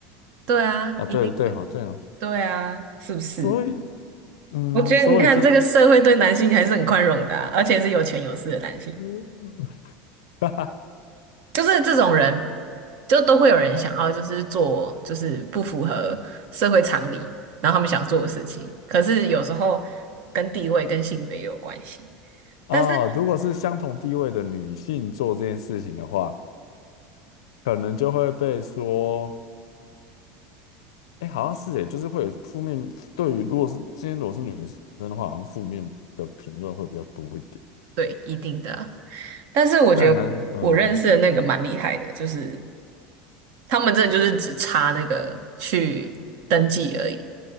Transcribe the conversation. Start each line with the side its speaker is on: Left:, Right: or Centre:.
Right: 对啊，
Left: 啊，
Right: 一定会，
Left: 对对好对啊，
Right: 对啊，是不是？
Left: 所以嗯，
Right: 我觉得你看这个社会对男性还是很宽容的啊而且是有钱有势的男性，
Left: 所以这嗯，<laughs> 哈哈
Right: 就是这种人，就都会有人想要就是做就是不符合社会常理，
Left: 哦哦
Right: 然后他们想做的事情，可是有时候跟地位跟性别也有关系。
Left: 啊，
Right: 但是。
Left: 如果是相同地位的女性做这件事情的话，可能就会被说。哎，好像是哎，就是会有负面，对于如果是今天如果是女生的话，好像负面的评论会比较多一点。
Right: 对，一定的啊但是我觉得我认识的那个蛮厉害的，
Left: 但男，嗯、
Right: 就是他们真的就是只差那个去登记而已，